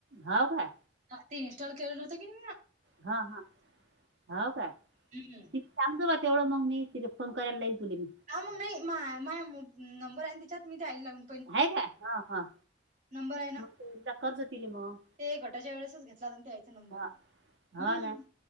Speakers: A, on the right; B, on the right.
A: हौ काय?
B: ते इन्स्टॉल केलेलं होतं की नी
A: हा हा, हौ काय?
B: हम्म
A: ति सांगतो तिला तेवढं मग म ति फोन कयला लाईल तु मी
B: हा मग मी माय माय नंबर आहे त्याच्यात मी द्यायला लागून.
A: हाय काय, हा हा.
B: नंबर आहे ना
A: मग कर जा तीले मग,
B: ते गटाच्या वेळेसच घेतला होता ना त्याचा नंबर
A: हा.
B: मी
A: हा
B: हम्म.
A: ना